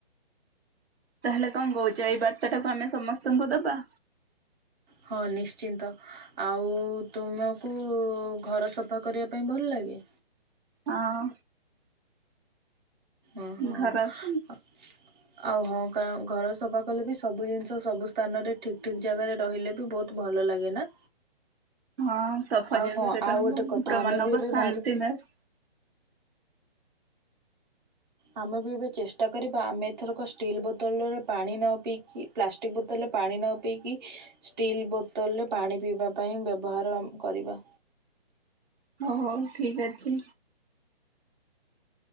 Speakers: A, on the right; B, on the right.
A: ତାହେଲେ କଣ କହୁଛ ଏଇ ବାର୍ତ୍ତା ଟାକୁ ଆମେ ସମସ୍ତଙ୍କୁ ଦବା?
B: ହଁ ନିଶ୍ଚିନ୍ତ। ଆଉ ତୁମକୁ ଘର ସଫା କରିବା ପାଇଁ ଭଲ ଲାଗେ?
A: ହଁ।
B: ଓଁ ହଁ।
A: ଘର ଅଛି। <inaudible>
B: ଆଉ ହଁ କ ଘର ସଫା କଲେ ବି ସବୁ ଜିନିଷ ସବୁ ସ୍ଥାନରେ ଠିକ୍ ଠିକ୍ ଜାଗାରେ ରହିଲେ ବି ବହୁତ ଭଲ ଲାଗେ ନା?
A: ହଁ ସଫା
B: ଆଉ
A: ଜାଗା
B: ହଁ
A: ରେ ରହିଲେ
B: ଆଉ ଗୋଟେ କଥା
A: ପୁରା
B: ଆମେ
A: ମନକୁ
B: ବି ଏବେ
A: ଶାନ୍ତି
B: ଭାବ
A: ମିଳେ।
B: ଆମେ ବି ଏବେ ଚେଷ୍ଟା କରିବା ଆମେ ଏଥରକ ଷ୍ଟିଲ୍ ବୋତଲରେ ପାଣି ନ ପିଇକି ପ୍ଲାଷ୍ଟିକ୍ ବୋତଲରେ ପାଣି ନ ପିଇକି ଷ୍ଟିଲ୍ ବୋତଲରେ ପାଣି ପିଇବା ପାଇଁ ବ୍ୟବହାର ଆମେ କରିବା।
A: ହଉ ହଉ ଠିକ ଅଛି।